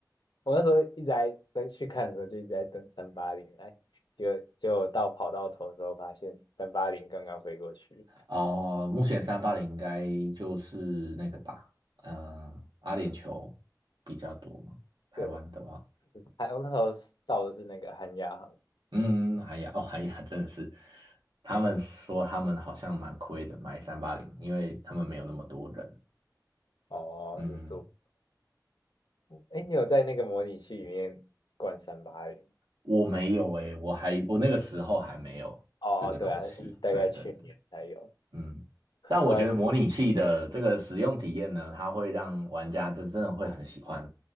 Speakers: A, on the left; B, on the right.
A: 我那时候一直在在去看的时候就一直在等三八零来，结果结果到跑道头的时候发现三八零刚刚飞过去，
B: 哦、目前三八零应该就是那个吧，呃，阿联酋比较多嘛，台湾的话，
A: 对，还我那时候到的是那个韩亚航，
B: 嗯，哎呀，哦，哎呀，真的是，他们说他们好像蛮亏的，买三八零，因为他们没有那么多人，
A: 哦，
B: 嗯。
A: 就坐，哎，你有在那个模拟器里面灌三八零？
B: 我没有诶、我还我那个时候还没有这个东西。
A: 哦哦，对啊，是大概去年才有。
B: 对对对，嗯。但我觉得模拟器的这个使用体验呢，
A: 我还
B: 它会让玩家就真的会很喜欢